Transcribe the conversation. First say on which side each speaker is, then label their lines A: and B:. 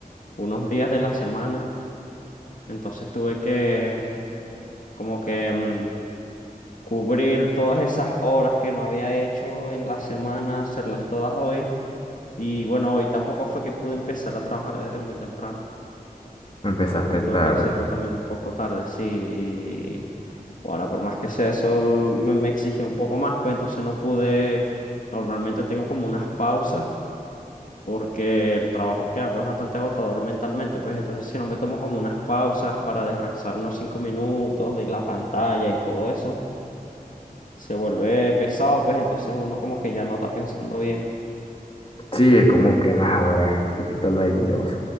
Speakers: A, on the left; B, on the left.
A: unos días de la semana. Entonces tuve que como que mm, cubrir todas esas horas que no había hecho en la semana, hacerlas todas hoy. Y bueno, hoy tampoco fue que pude empezar a trabajar desde muy temprano.
B: Empezaste
A: sino que tuve
B: tarde.
A: que hacerlo también un poco tarde, sí. Y ahora, por más que sea eso, me, me exigió un poco más, pues entonces no pude. Normalmente tengo como unas pausas, porque el trabajo que hago es bastante agotador mentalmente, pues entonces si no me tomo como unas pausas para descansar unos cinco minutos de la pantalla y todo eso, se vuelve pesado, pues entonces uno como que ya no está pensando bien.
B: Sí, es como que, nada, ahora es un poquito ladilloso.